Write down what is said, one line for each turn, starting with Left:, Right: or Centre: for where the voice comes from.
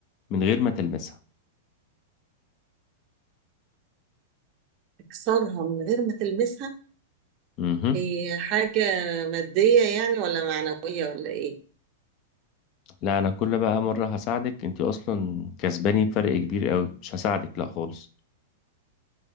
Left: من غير ما تلمسها
Right: تكسرها من غير ما تلمسها
Left: مهم.
Right: هي حاجة مادية يعني ولا معنوية ولا إيه
Left: لا انا كل بقى مرة هساعدك انت اصلا كسباني بفرق كبير قوي مش هساعدك لا خالص